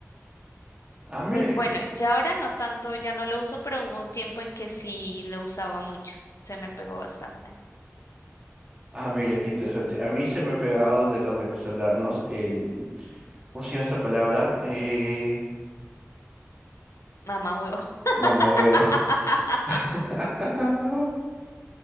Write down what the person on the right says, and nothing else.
Ah, mira
que,
ah, mira qué interesante. A mí se me ha pegado de los venezolanos el, ¿cómo se llama esta palabra? Eh,
mamahuevo. <laughs>